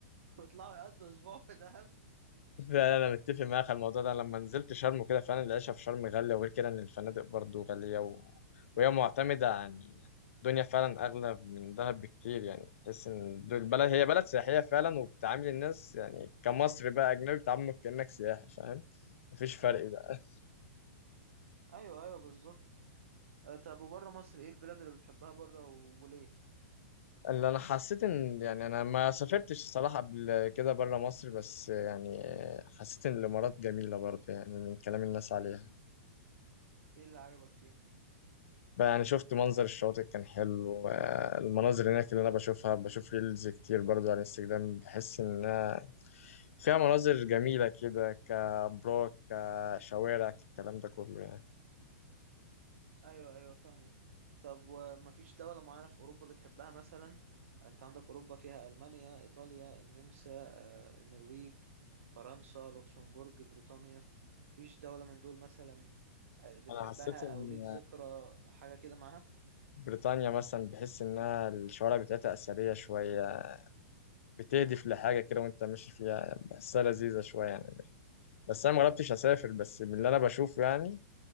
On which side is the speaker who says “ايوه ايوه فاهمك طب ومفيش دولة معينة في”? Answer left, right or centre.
Right